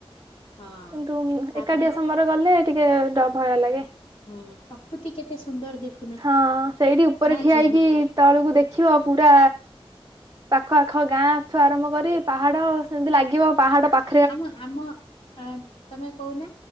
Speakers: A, on the left; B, on the right.
A: ହଁ
B: କିନ୍ତୁ
A: ତାପରେ
B: ଏକାଟିଆ ସମସ୍ତେ ସମସ୍ତେ ଗଲେ ଟିକେ ଡ ଭୟ ଲାଗେ।
A: ହୁଁ ପ୍ରକୃତି କେତେ ସୁନ୍ଦର ଦେଖୁନା
B: ହଁ ସେଇଠି ଉପରେ
A: ନାଇଁ
B: ଠିଆ
A: କି
B: ହେଇକି। ତଳକୁ ଦେଖିବ ପୁରା। ପାଖ ଆଖ ଗାଁଠୁଁ ଆରମ୍ଭ କରି ପାହାଡ଼ ସେମିତି ଲାଗିବ ପାହାଡ଼ ପାଖ
A: ଆମ ଆମ ହଁ ତମେ କହୁନା